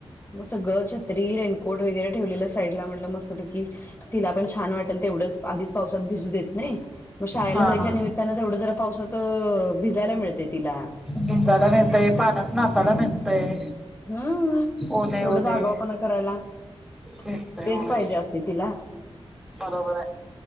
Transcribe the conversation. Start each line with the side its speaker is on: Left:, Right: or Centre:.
Left: मग सगळ छत्री रेनकोट वगैरे ठेवलेलं बाजूला ला म्हणलं मस्तपैकी तिला पण छान वाटल तेवढंच आधी पावसात भिजू देत नाही मग शाळेला
Centre: हा
Left: जायच्या
Centre: हा
Left: निमित्तान, थोडं जरा पाऊस भिजायला मिळते तिला
Centre: भिंजाला मिळतय, पाण्यात नाचायला मिळतय
Left: हम्म
Centre: ओले
Left: तेवढंचं
Centre: ओले
Left: आगाऊपणा करायला, ते
Centre: भेटतय होय
Left: च पाहिजे असते तिला
Centre: बरोबर आहे